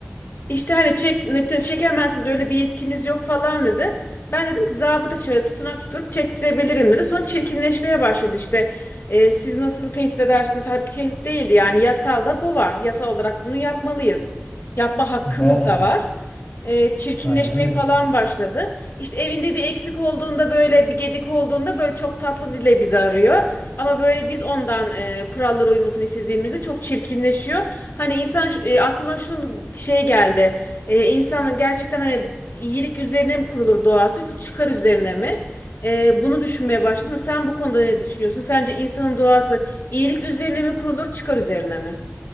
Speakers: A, on the left; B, on the left.
A: İşte hani çek, ne- çekemezsiniz öyle bir yetkiniz yok falan dedi. Ben dedim ki zabıta çağırıp tutanak tutturup çektirebilirim dedi. Sonra çirkinleşmeye başladı işte. E, siz nasıl tehdit edersiniz? Halbuki tehdit değildi yani yasalda bu var. Yasal olarak bunu yapmalıyız. Yapma hakkımız
B: Yani
A: da var e, çirkinleşmeye
B: aynen öyle.
A: falan başladı. İşte evinde bir eksik olduğunda böyle bir gedik olduğunda böyle çok tatlı dile bizi arıyor. Ama böyle biz ondan e, kurallara uymasını istediğimizde çok çirkinleşiyor. Hani insan e, aklıma şunun şey geldi. E, insanın gerçekten hani iyilik üzerine mi kurulur doğası yoksa çıkar üzerine mi? E, bunu düşünmeye başladım. Sen bu konuda ne düşünüyorsun? Sence insanın doğası iyilik üzerine mi kurulur, çıkar üzerine mi?